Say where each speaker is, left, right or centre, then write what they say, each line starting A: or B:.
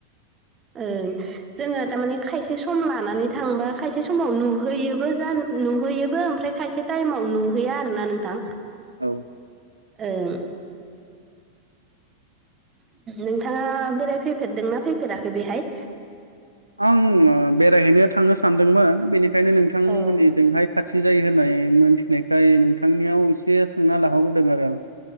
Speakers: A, on the right (about 25°); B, on the right (about 80°).
A: ओं जोङो थारमाने खायसे सम लानानै थांबा खायसे समाव नुहैयोबो जा नुहैयोबो ओमफ्राय खायसे टाइमाव नुहैया आरो ना नोंथां।
B: औ
A: ओं नोंथाङा बेलायफै फेरदोंना फैफेराखै बेहाय
B: आं ओ बेरायहैनो थांनो सानदोंमोन बेनिखायनो नोंथांमोननिजोंहाय
A: औ
B: खाथ थि जायो होननाय मोनथिनायखाय नोंथांनियाव एसे सोंना लाहरगोरदों आरो आं।